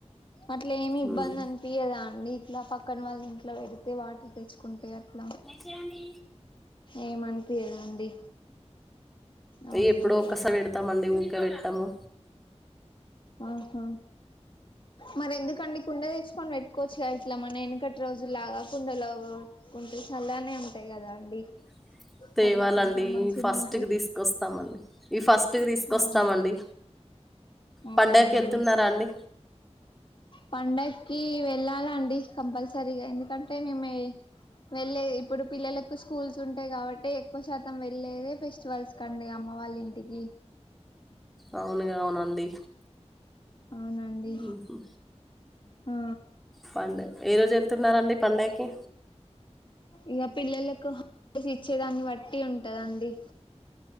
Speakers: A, on the left; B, in the centre.
A: అట్ల ఏమి ఇబ్బంది
B: ఉమ్,
A: అనిపియదా అండి ఇట్ల పక్కన వాళ్ళ ఇంట్ల పెడితే వాటర్ తెచ్చుకుంటే అట్ల
B: యిచ్చెయండి
A: ఏం అనిపియ్యదా అండి అవునండి
B: ఎప్పుడో ఒక్కసారి పెడతమండి ఊకే పెట్టము
A: ఆహా మరెందుకండి కుండ తెచ్చుకొని పెట్టుకోవచ్చు గదా ఇట్ల మన ఎనికటి రోజుల్లాగా కుండలోగొ కుంటే చల్లగనే ఉంటాయి కదా అండి
B: <unintelligible> తేవాలండి
A: అట్లా కొంచెం మంచిగా
B: ఫస్ట్కి
A: ఉంటాయి
B: తీసుకొస్తామండి ఈ ఫస్ట్కి తీసుకొస్తామండి
A: అవును అవునా
B: పండగకెళ్తున్నారా
A: అండి
B: అండి
A: పండక్కి వెళ్ళాలాండి కంపల్సరీగా ఎందుకంటే మేమే వెళ్లేది ఇప్పుడు పిల్లలకు స్కూల్స్ ఉంటయి కాబట్టి ఎక్కువ శాతం వెళ్లేదే ఫెస్టివల్స్ కండి అమ్మా మ్మ వాల్లింటికి
B: అవునుగా అవునండి
A: అవునండి
B: ఉహు
A: ఆ
B: పండగ ఏ రోజు వెళ్తున్నార్ రండి పండగకి
A: ఇగ పిల్లలకు హల్డేస్ ఇచ్చేదాన్ని బట్టి ఉంటదండి